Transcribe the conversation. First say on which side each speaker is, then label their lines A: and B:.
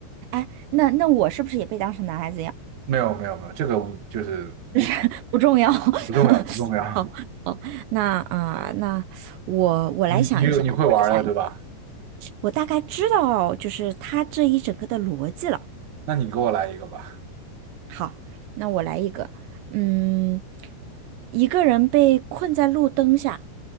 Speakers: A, on the right (about 80°); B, on the right (about 50°).
A: 哎，那那我是不是也被当成男孩子一样？
B: 没有没有没有，这个无就是无所。
A: <laughs> 不重要。<laughs>
B: 不重要，不重要。
A: 哦，那啊、呃那我我来想一下，
B: 你你有你会玩了，
A: 我来想一，
B: 对吧？
A: 我大概知道就是他这一整个的逻辑了。
B: 那你给我来一个吧。
A: 好，那我来一个，嗯，一个人被困在路灯下，